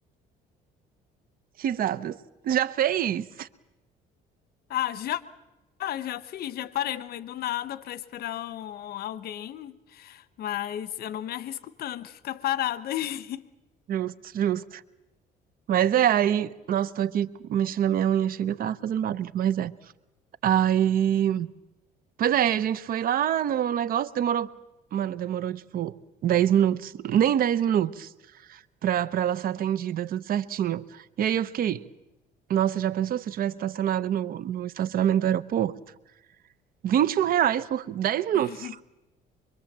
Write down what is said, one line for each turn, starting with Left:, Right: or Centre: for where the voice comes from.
Right: Risadas. Já fez?
Left: Ah, já? Ah, já fiz, já parei no meio do nada pra esperar um- um, alguém, mas eu não me arrisco tanto ficar parada aí.
Right: Justo, justo. Mas é, aí, nossa, tô aqui mexendo na minha unha, chega, tá fazendo barulho, mas é. Aí, pois é, a gente foi lá no negócio, demorou, mano, demorou tipo 10 minutos, nem 10 minutos pra, pra ela ser atendida, tudo certinho. E aí eu fiquei, nossa, já pensou se eu tivesse estacionado no, no estacionamento do aeroporto? vinte e um reais por 10 minutos.
Left: <laughs>